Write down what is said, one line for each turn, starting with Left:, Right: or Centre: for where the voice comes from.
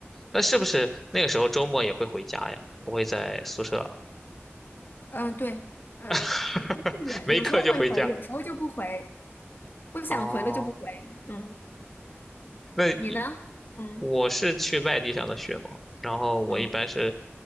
Centre: 那是不是那个时候周末也会回家呀？不会在宿舍，
Left: 嗯，对，嗯，
Centre: <laughs>
Left: 是有时候会回，
Centre: 没课就回家。
Left: 有时候就不回，不想回了就不回。
Centre: 哦，
Left: 嗯，
Centre: 那一
Left: 你呢？嗯
Centre: 我是去外地上的学嘛，然后我一般是，
Left: 嗯，